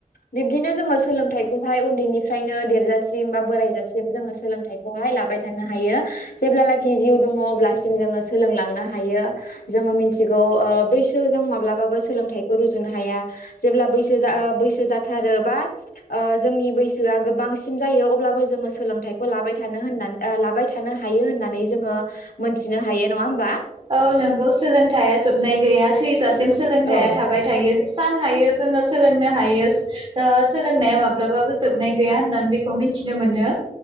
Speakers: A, on the left (about 90°); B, on the right (about 40°).
A: बिब्दिनो जोङो सोलोंथाइखौहाय उन्दैनिफ्रायनो देरजासिम बा बोरायजासिम जोङो सोलोंथाइखौहाय लाबाय थानो हायो जेब्लालाखि जिउ दङ अब्लासिम जोङो सोलोंलांनो हायो जोङो मिथिगौ ओ बैसो जों माब्लाबाबो सोलोंथाइखौ रुजुनो हाया जेब्ला बैसो आ बैसो जाथारोबा जोंनि बैसोआ गोबांसिम जायो अब्लाबो जोङो सोलोंथाइखौ लाबाय थानो होननानै आ लाबाय थानो हायो होननानै जोङो मोनथिनो हायो नङा होमबा?
B: औ नोंगौ सोलोंथाया जोबनाय गैया थै जासिम सोलोंथाया
A: औ
B: थाबाय थायो। जेसां हायो जोङो सोलोंनो हायो ओ सोलोंनाया माब्लाबाबो जोबनाय गैया होननानै बेखौ मिथिनो मोनो।